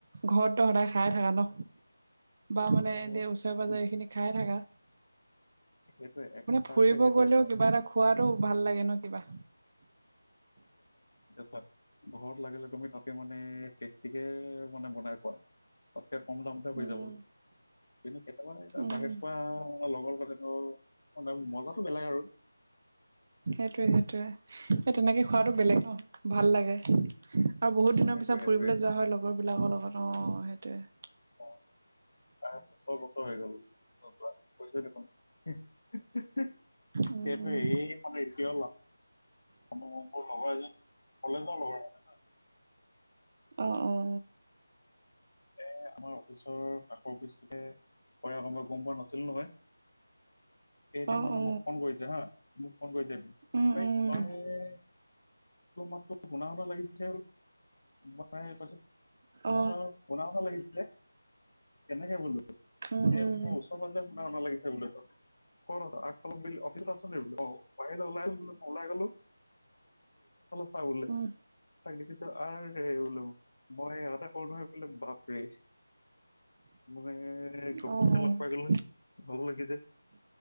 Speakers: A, on the right; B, on the left.
A: ঘৰত ত সদায় খাই থাকা ন বা মানে
B: অ
A: এনে ওচৰে পাঁজৰে
B: উম,
A: এইখিনি খায়ে থাকা
B: সেইটোৱে এক্সট্ৰা
A: ফুৰিব
B: সেইটোৱে
A: গলেও
B: তোমাৰ
A: কিবা এটা খোৱাতটো ভাল লাগে ন কিবা
B: হয় ঘৰত লাগিল তুমি তাতে মানে বেছিকৈ মানে বনাই খোৱা তাতকৈ কম দামতে হৈ
A: উম
B: যাব কিন্তু কেতিয়াবা এ
A: উম
B: বাহিৰ খোৱা লগৰ পালেটো মানে মজাটো বেলেগ আৰু
A: সেইটোৱে সেইটোৱেই এ তেনেকে খোৱাটো বেলেগ ন ভাল লাগে আৰু বহুত দিনৰ
B: সেইটোৱে
A: পিছত ফুৰিবলৈ
B: সেইটোৱে
A: যোৱা হয় লগৰ বিলাকৰ লগত অ সেইটোৱে
B: অ আ পিছৰ বছৰ বছৰ হৈ গল যোৱা কৈছোৱেই দেখোন সেইটো
A: উম
B: এই মানে এতিয়াও যে কলেজৰ লগৰ মানে
A: অ অ
B: এ আমাৰ অফিচৰ কাষৰ অফিচতে হয় আক মই গম পোৱা নাছিলোঁ নহয় কেইদিন
A: অ অ
B: মানে
A: অ
B: মোক ফোন কৰিছে হা মোক ফোন কৰিছে তই
A: উম উম
B: তোৰ মাততো শুনা শুনা লাগিছিল মই কৈছো
A: অ
B: মই শুনা শুনা কেনেকে হল
A: উম
B: এ
A: উম
B: মোৰ ওচৰে পাজৰে শুনা শুনা লাগিছে বোলে ক'ত আছা আগফালে অফিচত আছ দে অ বাহিৰলৈ ওলাই গলো চা বোলে
A: উম
B: তাক দেখিছো আৰু বোলে মই ইয়াতে কৰো নহয় বাপৰে মানে ঘপকে
A: অ অ
B: লগ পাই গলো ভাল লাগিছিল